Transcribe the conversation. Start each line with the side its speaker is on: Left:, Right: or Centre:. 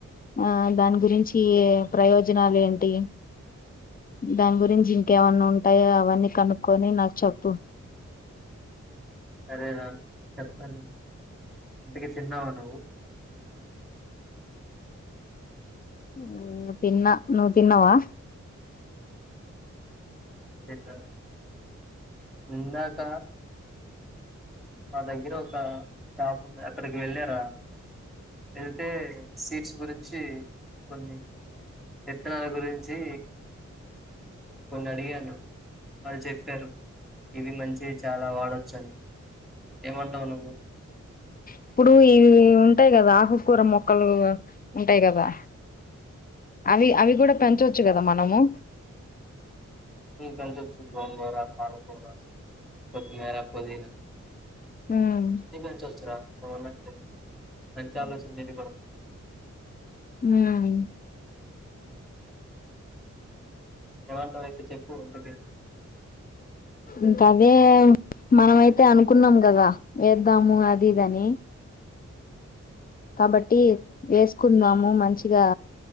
Left: ఆ దాని గురించి ప్రయోజనాలు ఏంటి దాని గురించి ఇంకేమన్నా ఉంటాయో అవన్నీ కనుక్కొని నాకు చెప్పు
Centre: సరే రా చెప్తాను ఇంతికి తిన్నావా నువ్వు
Left: ఉమ్మ్ తిన్న నువ్వు తిన్నవా
Centre: ఎక్కడ ఇందాక మా దగ్గర ఒక షాప్ ఉంది అక్కడికి వెళ్ళారా ఎళ్తే సీట్స్ గురించి కొన్ని విత్తనాల గురించి కొన్ని అడిగాను వాళ్ళు చె ప్పారు ఇది మంచిది చాలా వాడొచ్చు అని ఏమంటావు నువ్వు
Left: ఇప్పుడు ఇవి ఉంటాయి కదా ఆకుకూర మొక్కలు ఉంటాయి కదా అవి అవి కూడా పెంచొచ్చు కదా మనము
Centre: ఉమ్మ్ పెంచొచ్చు గోంగూర పాలకూర కొత్తిమీర పుదీనా
Left: ఉమ్మ్
Centre: అన్ని పెంచొచ్చు రా నాకు తెలిసి మంచి ఆలోచన నీది కూడా
Left: ఉమ్మ్
Centre: ఏమంటావ్ అయితే చెప్పు ఇంకోటి
Left: ఇంకాదే మనమైతే అనుకున్నాం కదా వేద్దాము అది ఇదని కాబట్టి వేసుకుందాము మంచిగా